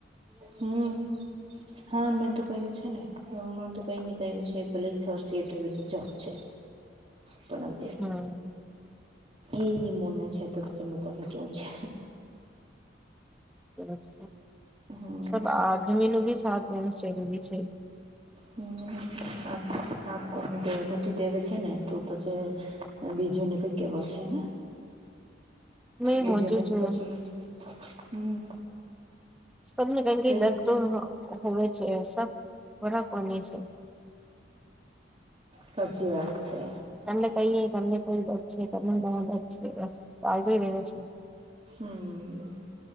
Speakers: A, on the right (about 30°); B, in the centre.
A: હમ હા મેં તો કહ્યું છે ને એ હ આમ તો કઈ ન કહ્યું છે ભલે સર સિટું તો જઉ છે પણ
B: હમ
A: એની મોને છે તો પછી મકવાનું કેવું છે.
B: સ
A: હમ
B: સબ આદમી નું બી સાથ ગું જરૂરી છે
A: હ સાત કોનેે નથી દેવે છે ને તો પછી બીજો ને કઈ કેવ છે ને
B: <inaudible> <unintelligible> મેં
A: બીજોને
B: હોચું જો
A: કશું હમ
B: તમને કી
A: કઈ
B: દ તો હોવે છે સબ ખોરાકની છે.
A: સાચી વાત છે.
B: તમને કહીએ તમને કોઈ દદ છે તમને ઘણ દદ છે બસ ચાલતોય રહ્યો છે.
A: હમ